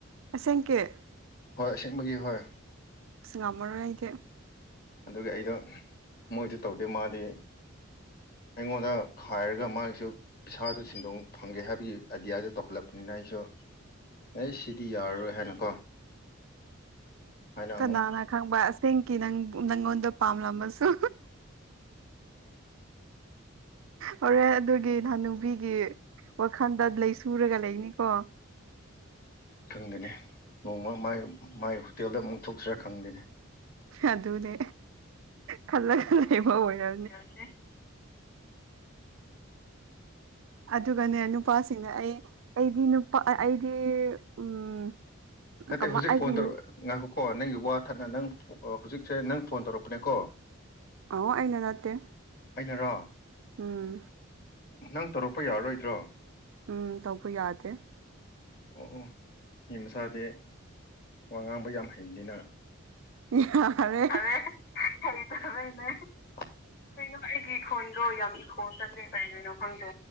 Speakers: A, on the right; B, on the left.
A: ꯑꯁꯦꯡ ꯀꫯ
B: ꯍꯣꯏ ꯑꯁꯦꯡꯕꯒꯤ ꯍꯣꯏ
A: ꯉꯝꯃꯔꯣꯏ ꯍꯥꯏꯗꯤꯦ
B: ꯑꯗꯨꯒ ꯑꯩꯗ ꯃꯣꯏꯗꯨ ꯇꯧꯗꯦ ꯃꯥꯗꯤ ꯑꯩꯉꯣꯟꯗ ꯈꯥꯏꯔꯒ ꯃꯥꯒꯤꯁꯨ ꯄꯩꯁꯥꯗꯨ ꯁꯤꯦꯟꯗꯣꯡ ꯐꯪꯒꯦ ꯍꯥꯏꯕꯒꯤ ꯑꯥꯏꯗꯤꯌꯥꯗ ꯇꯧꯈꯠꯂꯛꯄꯅꯤꯅ ꯑꯩꯁꯨ ꯑꯦ ꯁꯤꯗꯤ ꯌꯥꯔꯔꯣꯏ ꯍꯥꯏꯅꯀꯣ ꯍꯥꯏꯅ
A: ꯀꯅꯥꯅ
B: ꯑꯃꯨꯛ
A: ꯈꯪꯕ ꯑꯁꯦꯡꯀꯤ ꯅꯪ ꯅꯪꯉꯣꯟꯗ ꯄꯥꯝꯂꯝꯃꯁꯨ ꯍꯣꯔꯦꯟ ꯑꯗꯨꯒꯤ ꯍꯟꯅꯨꯕꯤꯒꯤ ꯋꯥꯈꯜꯗ ꯂꯩ ꯁꯨꯔꯒ ꯂꯩꯅꯤꯀꯣ
B: ꯈꯪꯗꯅꯦ ꯅꯣꯡꯃ ꯃꯥꯏ ꯃꯥꯏ ꯍꯣꯇꯦꯜꯗ ꯑꯃꯨꯛ ꯊꯣꯛꯁꯤꯔꯥ ꯈꯪꯗꯦꯅꯤ
A: ꯑꯗꯨꯅꯦ ꯈꯜꯂꯒ ꯂꯩꯕ ꯑꯣꯏꯔ
B: ꯔꯝꯅꯦ
A: ꯑꯗꯨꯒꯅꯦ ꯅꯨꯄꯥꯁꯤꯡꯅ ꯑꯩ ꯑꯩꯗꯤ ꯅꯨꯄꯥ ꯑꯩꯗꯤ ꯎꯝ
B: ꯅꯠꯇꯦ
A: ꯀꯃꯥꯏ
B: ꯍꯧꯖꯤꯛ
A: ꯑꯩꯒꯤ
B: ꯐꯣꯟ ꯇꯧꯔꯛ ꯉꯥꯏꯈꯣꯀꯣ ꯅꯪꯒꯤ ꯋꯥ ꯊꯠꯅ ꯅꯪ ꯍꯧꯖꯤꯛꯁꯦ ꯅꯪ ꯐꯣꯟ ꯇꯧꯔꯛꯄꯅꯦꯀꯣ
A: ꯑꯣ ꯑꯩꯅ ꯅꯠꯇꯦ
B: ꯑꯩꯅꯔꯣ
A: ꯎꯝ
B: ꯅꯪ ꯇꯧꯔꯛꯄ ꯌꯥꯔꯔꯣꯏꯗ꯭ꯔꯣ
A: ꯎꯝ ꯇꯧꯕ ꯌꯥꯗꯦ
B: ꯑꯣ ꯑꯣ ꯃꯤ ꯃꯆꯥꯗꯤ ꯋꯥ ꯉꯥꯡꯕ ꯌꯥꯝ ꯍꯩꯕꯅꯤꯅ
A: ꯌꯥꯔꯦ
B: <unintelligible> ꯍꯩꯇꯕꯩꯅꯦ ꯀꯩꯅꯣ ꯑꯩꯒꯤ ꯈꯣꯟꯗꯣ ꯌꯥꯝ ꯏꯀꯣ ꯆꯠꯂꯦ ꯀꯩꯒꯤꯅꯣ ꯈꯪꯗꯦ